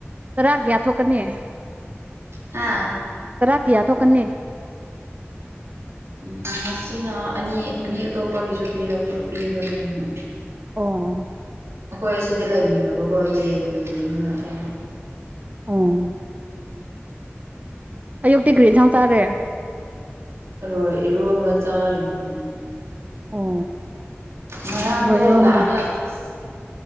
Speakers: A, on the right; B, on the right.
A: ꯆꯔꯥ ꯀꯌꯥ ꯊꯣꯛꯀꯅꯤ?
B: ꯍꯥ
A: ꯋꯨꯔꯥ ꯀꯌꯥ ꯊꯣꯛꯀꯅꯤ?
B: ꯎꯝ ꯉꯁꯤꯅ ꯑꯅꯤ ꯃꯤ ꯑꯇꯣꯞꯄꯒꯤꯁꯨ ꯄꯤꯔꯛꯄ ꯄꯤꯕꯒꯤ ꯑꯩꯅ꯫
A: ꯑꯣ
B: ꯑꯈꯣꯏ ꯑꯁꯤꯗ ꯂꯩꯃꯤꯟꯅꯕꯀꯣ ꯌꯦꯟ ꯌꯦꯟꯅꯤꯅ ꯑꯃ
A: ꯑꯣ ꯑꯌꯨꯛꯇꯤ ꯀꯔꯤ ꯏꯟꯁꯥꯡ ꯆꯥꯔꯦ
B: ꯊꯔꯣꯏ ꯏꯔꯣꯟꯕ ꯆꯥꯔꯤꯅꯤꯅꯦ
A: ꯑꯣ
B: ꯉꯔꯥꯡꯗꯣ
A: ꯊꯔꯣꯏ ꯏꯔꯣꯟꯕ
B: ꯂꯥꯛꯑꯒ ꯑꯁ